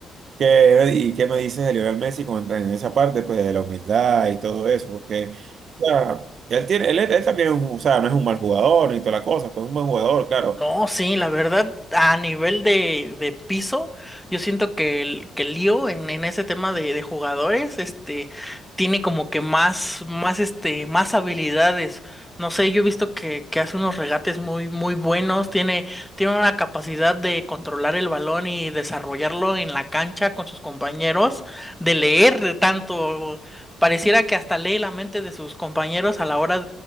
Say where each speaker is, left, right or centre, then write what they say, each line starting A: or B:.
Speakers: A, on the right; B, in the centre.
A: ¿Qué, y qué me dices de Lionel Messi con- en esa parte pues, de la humildad y todo eso? Porque, o sea, él tiene, él, él también es un, o sea, no es un mal jugador ni toda la cosa, pues es un buen jugador, claro.
B: No, sí, la verdad, a nivel de, de piso, yo siento que el, que el lío en, en ese tema de, de jugadores, este, tiene como que más, más, este, más habilidades. No sé, yo he visto que, que hace unos regates muy, muy buenos, tiene, tiene una capacidad de controlar el balón y desarrollarlo en la cancha con sus compañeros, de leer tanto, pareciera que hasta lee la mente de sus compañeros a la hora